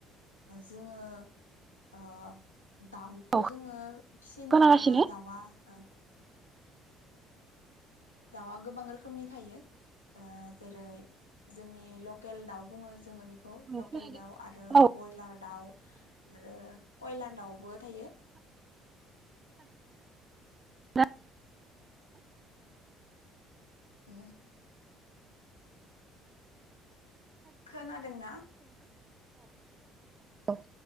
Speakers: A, on the left; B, on the right.
A: जोंङो ओ दाउखौ
B: औ
A: जोंङो फिसिनोब्ला
B: खोनागासिनो
A: दाउआ ओ दाउआ गोबां रोखोमनि थायो ओ जेरै जोंनि लकेल दाउ बुङो जोंङो बे खौ
B: औ
A: लकेल
B: खोनादों
A: दाउ आरो
B: औ
A: बयलार दाउ आरो कयलार दाउबो थायो।
B: खोनादोंना?
A: ए खोनादोंना
B: औ